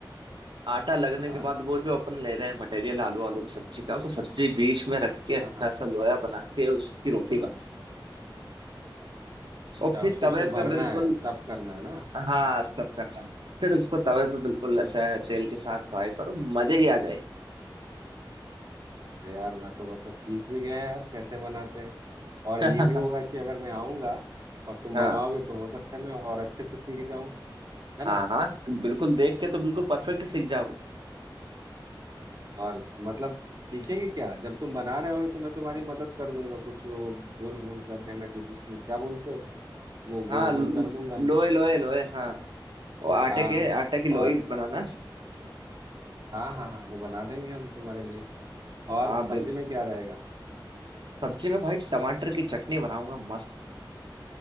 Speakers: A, on the right; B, on the right.
A: आटा लगने
B: हाँ
A: के बाद वो जो अपन ले रहे हैं मटेरियल आलू आलू का सब्जी का वो सब्जी बीच में रख के अच्छा
B: हाँ हाँ
A: सा लोया बना के उसकी रोटी बनाओ और
B: अच्छा
A: फिर
B: उसको
A: तवे
B: उसमें भरना
A: पे बिल्कुल
B: है स्टफ करना है ना
A: हाँ सब करता है फिर उसको तवे पे बिल्कुल ऐसा तेल के साथ फ्राई करो मजे ही आ जाएंगे
B: अरे यार मैं तो मतलब सीख भी गया यार कैसे बनाते हैं और
A: <laughs>
B: ये भी होगा कि अगर मैं आऊंगा और तुम
A: हाँ
B: बनाओगे तो हो सकता है मैं और अच्छे से सीख जाऊं है ना
A: हाँ हाँ बिल्कुल देख के तो बिल्कुल परफेक्ट सीख जाओगे
B: और मतलब सीखेंगे क्या जब तुम बना रहे होगे तो मैं तुम्हारी मदद कर दूंगा कुछ वो गोल गोल करने में जो जिसको क्या बोलते हो वो
A: हाँ
B: गोल
A: ल-
B: गोल कर दूंगा मैं
A: लोए लोए लोए हाँ वो आटे
B: हाँ
A: के आटे की लोई
B: और
A: बनाना
B: हाँ हाँ हाँ वो बना देंगे हम तुम्हारे लिए और
A: हाँ बिल
B: सब्जी में क्या रहेगा
A: सब्जी में भाई टमाटर की चटनी बनाऊंगा मस्त